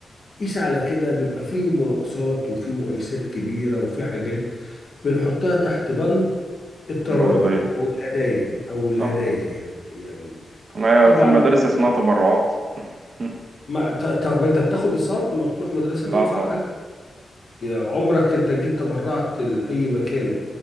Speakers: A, on the left; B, on the right.
A: قيس على كده بيبقى فيه مناقصات وفيه مقايسات كبيره وفيه حاجات بنحطها تحت بند التراضي
B: المرضية
A: او الهدايا او الهدايا
B: صح
A: يعني يعني
B: ما
A: طبعا
B: هي في المدارس اسمها تبرعات <laughs>
A: ما ط- طب انت بتاخد ايصال لما بتروح مدرسه
B: لا
A: تدفع
B: طبعا
A: حاجه يا عمرك انت جيت تبرعت لاي مكان